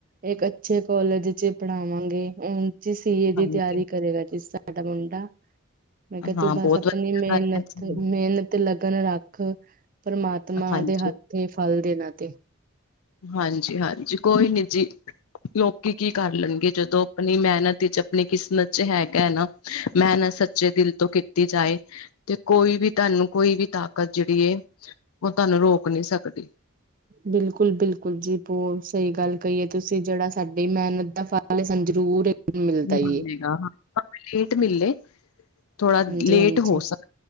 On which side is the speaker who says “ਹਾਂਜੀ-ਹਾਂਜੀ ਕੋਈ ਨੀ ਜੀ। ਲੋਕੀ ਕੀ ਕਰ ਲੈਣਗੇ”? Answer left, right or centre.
Left